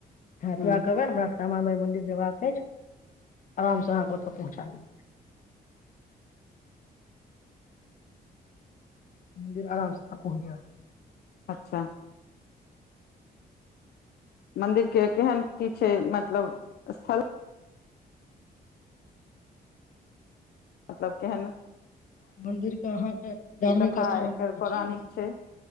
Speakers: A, on the left; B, on the left.
A: हाँ पूरा
B: हूँ
A: कहबै हमरा श्यामा माय मंदिर जेबाक एछ, अराम से अहाँ के ओता पहुंचा देत। मन्दिर अराम से अहाँ पहुंच जाएब।
B: अच्छा मन्दिर के केहैन की छै मतलब स्थल। मतलब केहैन
A: मन्दिर के अहाँ के धार्मिक
B: कथा
A: स्थल
B: एकर
A: हम कहै
B: पौराणिक
A: छी हम,
B: छै